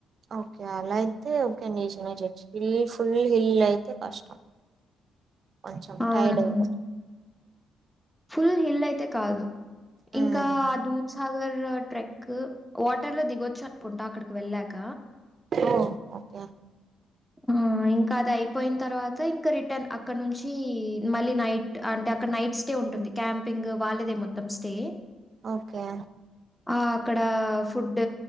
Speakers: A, on the right; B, in the centre.
A: ఓకే అలా అయితే ఓకే ని చినే చేయచ్చు హిల్ ఫుల్ హిల్ అయితే కష్టం కొంచం
B: అవునవును.
A: టైర్డ్ అయిపోతాం
B: ఫుల్ హిల్ అయితే కాదు
A: హ్మ్
B: ఇంకా ఆ దూద్సాగర్ ట్రెక్ క్ వాటర్ లో దిగొచ్చు అనుకుంటా అక్కడికి వెళ్ళాక
A: ఓ ఓకే
B: ఆ ఇంకా అది అయిపోయిన తర్వాత ఇంకా రిటర్న్ అక్కడ నుంచి మళ్ళీ నైట్ అంటే అక్కడ నైట్ స్టే ఉంటుంది క్యాంపింగ్ వాళ్ళేదే మొత్తం స్టే
A: ఓకే
B: ఆ అక్కడ ఫుడ్